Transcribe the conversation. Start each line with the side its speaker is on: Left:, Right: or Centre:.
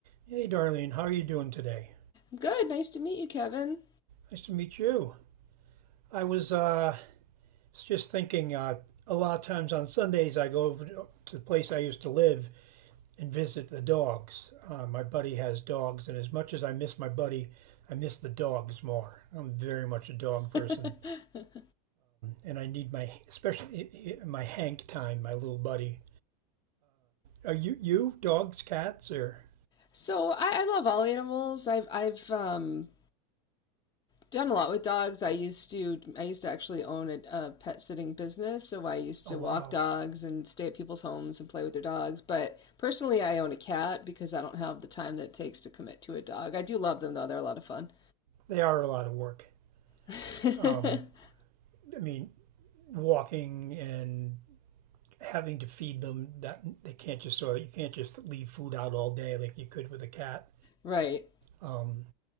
Right: Hey, Darlene, how are you doing today?
Left: Good. Nice to meet you, Kevin.
Right: Nice to meet you. I was uh, just thinking uh, a lot of times on Sundays I go over to the place I used to live and visit the dogs. Uh, my buddy has dogs, and as much as I miss my buddy, I miss the dogs more. I'm very much a dog person,
Left: <laughs>
Right: and I need my, especially eh, eh, my Hank time, my little buddy. Are you, you, dogs, cats, or?
Left: So I, I love all animals. I've I've um, done a lot with dogs. I used to I used to actually own a, a pet sitting business, so I used
Right: Oh,
Left: to
Right: wow.
Left: walk dogs and stay at people's homes and play with their dogs. But personally, I own a cat because I don't have the time that it takes to commit to a dog. I do love them though; they're a lot of fun.
Right: They are a lot of work.
Left: <laughs>
Right: Um, I mean, walking and having to feed them that they can't just sort of you can't just leave food out all day like you could with a cat.
Left: Right.
Right: Um,